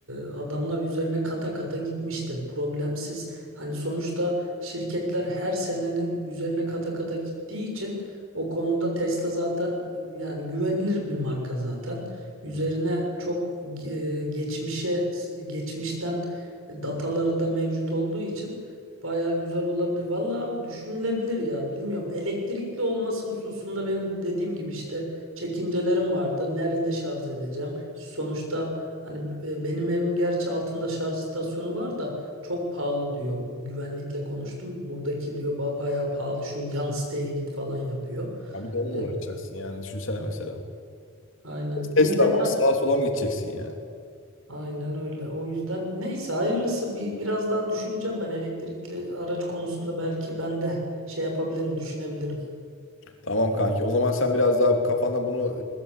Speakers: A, on the right; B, on the left.
A: adamlar üzerine kata kata gitmiştir. Problemsiz. Hani sonuçta şirketler her senenin üzerine kata kata gittiği için o konuda Tesla zaten e, yani güvenilir bir marka zaten. Üzerine
B: Hı.
A: çok e, geçmişe geçmişten dataları da mevcut olduğu için Baya güzel olabilir. Vallahi abi düşünülebilir ya. Bilmiyorum. Elektrikli olması hususunda benim dediğim gibi işte çekincelerim vardı. Nerede şarj edeceğim? Sonuçta hani e, benim evim gerçi altında şarj istasyonu var da çok pahalı diyor. Güvenlikle konuştum. Buradaki diyor "ba- bayağı pahalı şu yan siteye git falan yapıyor.
B: Abi de onunla
A: E,
B: uğraşacaksın yani düşünsene mesela.
A: aynen. Bunu
B: Tesla
A: detay
B: var sağa sola mı gideceksin yani?
A: Aynen öyle. O yüzden neyse hayırlısı bir biraz daha düşüneceğim ben elektrikli araç konusunda belki ben de şey yapabilirim, düşünebilirim.
B: Tamam kanki o zaman sen biraz daha kafanda bunu